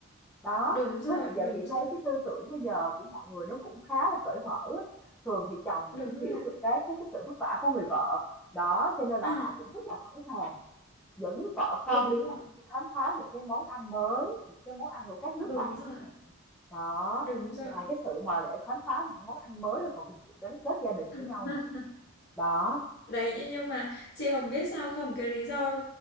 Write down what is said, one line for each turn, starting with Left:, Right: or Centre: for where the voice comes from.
Centre: Đó,
Left: đúng rồi
Centre: với lại giờ
Left: đúng
Centre: chị
Left: rồi
Centre: thấy cái tư tưởng bây giờ của mọi người nó cũng khá là cởi mở á. Thường thì chồng
Left: đúng
Centre: cũng
Left: rồi
Centre: hiểu được cái cái cái sự vất vả của người vợ. Đó, cho nên là
Left: à.
Centre: họ cũng rất là sẵn sàng dẫn vợ con
Left: đúng
Centre: đi
Left: rồi
Centre: ăn đi khám phá những cái món ăn mới, những cái món ăn của các nước
Left: đúng
Centre: bạn
Left: rồi
Centre: chẳng hạn. Đó,
Left: đúng rồi
Centre: ngoài cái sự mà để khám phá những món ăn mới là còn được sự gắn kết gia đình
Left: <laughs>
Centre: với nhau nữa. Đó.
Left: đấy nhưng nhưng mà chị Hồng biết sao không cái lý do